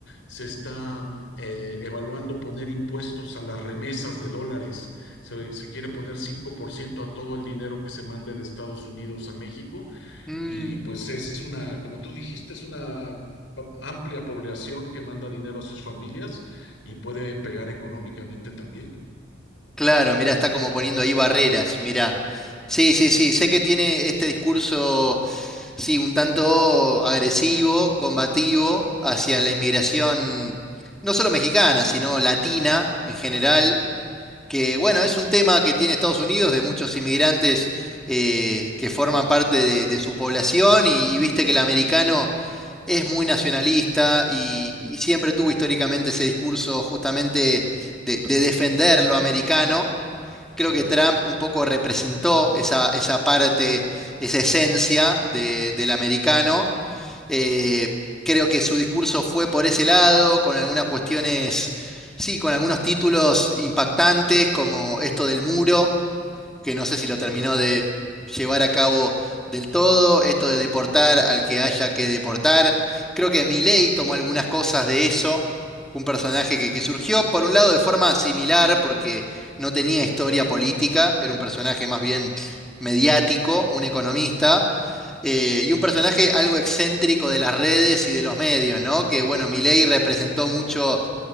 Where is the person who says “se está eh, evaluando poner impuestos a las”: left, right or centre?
Left